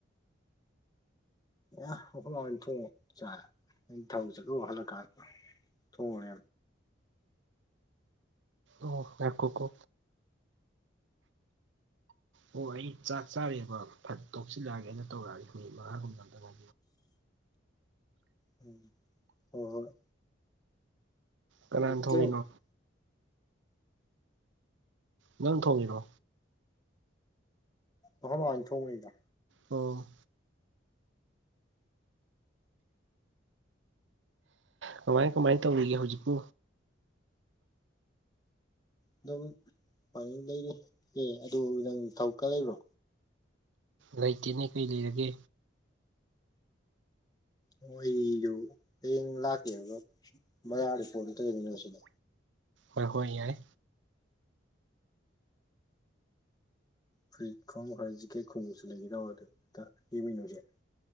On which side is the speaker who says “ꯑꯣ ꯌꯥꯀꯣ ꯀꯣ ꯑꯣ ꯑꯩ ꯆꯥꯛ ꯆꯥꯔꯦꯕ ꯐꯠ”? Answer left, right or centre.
Right